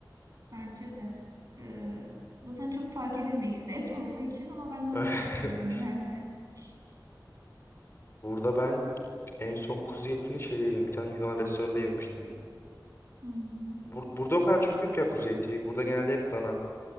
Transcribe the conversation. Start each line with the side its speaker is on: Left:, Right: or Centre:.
Right: bence de e, zaten çok fark edilmek et olduğu için ama ben normal
Left: <laughs>
Right: et yiyorum genelde. <laughs>
Left: Burada ben en son kuzu etini şeyde yedim. Bir tane Yunan restoranında yemiştim.
Right: Hmm.
Left: Bur- burada o kadar çok yok ya kuzu eti. Burada genelde hep dana.